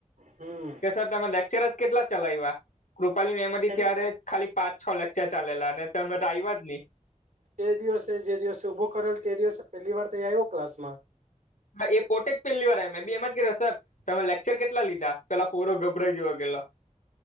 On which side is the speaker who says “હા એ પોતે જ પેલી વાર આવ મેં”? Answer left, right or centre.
Left